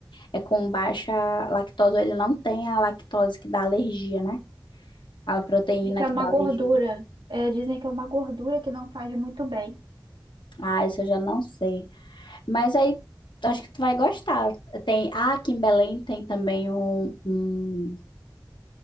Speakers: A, on the left; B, on the right.
A: é com baixa lactose, ele não tem a lactose que dá alergia, né? A proteína
B: É que é
A: que
B: uma
A: dá
B: gordura.
A: alergia.
B: É, dizem que é uma gordura que não faz muito bem.
A: Ah, isso eu já não sei. Mas aí acho que tu vai gostar. Tem, ah, aqui em Belém tem também um, um